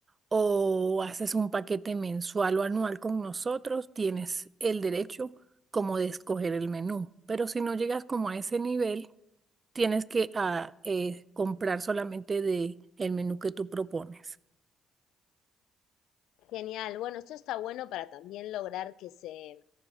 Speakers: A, on the right; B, on the left.
A: o haces un paquete mensual o anual con nosotros, tienes el derecho como de escoger el menú. Pero si no llegas como a ese nivel, tienes que ah, eh, comprar solamente de el menú que tú propones.
B: Genial. Bueno, esto está bueno para también lograr que se,